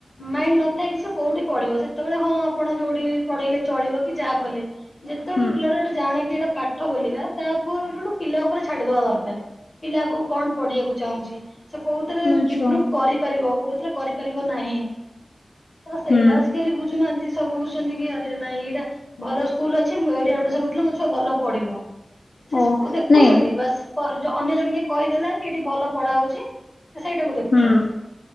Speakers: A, on the left; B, on the left.
A: ମାଇଣ୍ଡ ନଥାଏ କି ସେ କୋଉଠି ପଢିବ? ସେତେବେଳେ ହଁ ଆପଣ ଯୋଉଠି ପଢେଇଲେ ଚଳିବ କି ଯାହା କଲେ ଯେତେବେଳ
B: ହୁଁ
A: ପିଲା ଗୋଟେ ଜାଣେ କି ଏଇଟା ପାଠ ବଲିବା ତା ଉପରୁ ଗୋଟୁ ପିଲା ଉପରେ ଛାଡିଦବା ଦରକାର। ପିଲା ଆଗକୁ କଣ ପଢିବାକୁ ଚାହୁଁଛି? ସେ କୋଉଥିରେ
B: ମୋ ଛୁଆ
A: ଇମ୍ପରୁଭୁ କରିପାରିବ କୋଉଥିରେ କରିପାରିବ ନାହିଁ। ତ ସେଇଟା
B: ହୁଁ
A: ଆ ଜି କାଲି ବୁଝୁନାହାନ୍ତି ସବୁ ବୁଝୁଛନ୍ତି କି ଆରେ ନାଇଁ ଏଇଟା ଭଲ ସ୍କୁଲ ଅଛି ମୁଁ ଏଇଠି ଆଡମିସନ କରିଥିଲେ ମୋ ଛୁଆ ଭଲ ପଢିବ। ସେ
B: ଓ
A: ଦେଖୁଛନ୍ତି
B: ନାଇଁ
A: ବାସ୍ ପରେ ଯ ଅନ୍ୟ ଜଣେ କିଏ କହିଦେଲା କି ଏଇଠି ଭଲ ପଢା ହଉଛି ସେଇଟାକୁ ଦେଖୁଛନ୍ତି।
B: ହୁଁ।